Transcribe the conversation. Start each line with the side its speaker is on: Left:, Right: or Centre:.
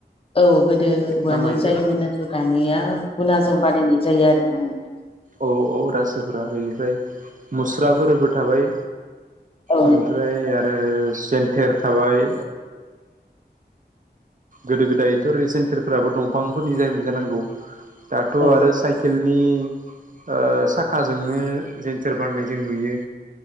Left: औ गोदो औवानि
Right: ना मायोथाय
Left: जायोमोन। नाथाय दानिया गुनाजों बानायायनाय जायो आरोना नोंथां।
Right: औ औ रासोफोरा बेनिफ्राय मुस्राफोरबो थाबाय।
Left: औ
Right: ओमफ्राय आरो जन्थेर थाबाय। गोदो गोदायथ' रि सेन्टेरफोराबो दंफांफोरनि जायोमोन जानांगौ। दाथ'
Left: औ
Right: आरो साइकेल नि ओ साखाजोंनो जेनथेर बारनाय जों नुयो।